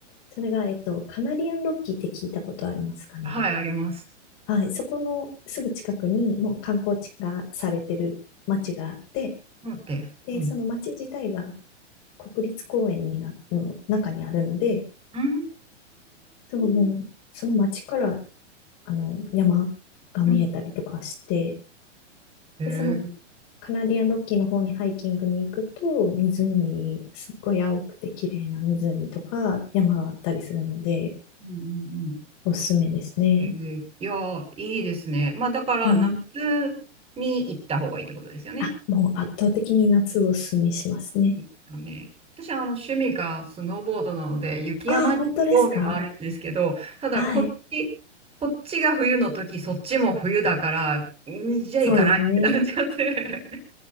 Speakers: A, on the left; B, on the right.
A: それが、えっと、カナリアンロッキーって聞いたことありますかね。
B: はい、あります。
A: はい。そこのすぐ近くに、もう観光地化されてる街があって、
B: 待って。
A: で、
B: うん。
A: その街自体が国立公園にな、の中にあるので、
B: うー
A: でももう、
B: ん。
A: その街から、あの、山が見えたりとかして、
B: うん。えー。
A: で、そのカナディアンロッキーの方にハイキングに行くと、湖、すっごい青くて綺麗な湖とか山があったりするので、
B: うんうんうん
A: おすすめですね。
B: えーいやー、いいですね。まあ、だから、
A: はい。
B: 夏に行った方がいいってことですよね。
A: あ、もう圧倒的に夏をおすすめしますね。
B: そうですよね。私はあの趣味がスノーボードなので、雪山に興味があるんですけど、
A: ああ、本当ですか
B: ただこっち、
A: はい。
B: こっちが冬の時、そっちも冬だから、んじゃあ行かないってなっちゃって。
A: そうですね。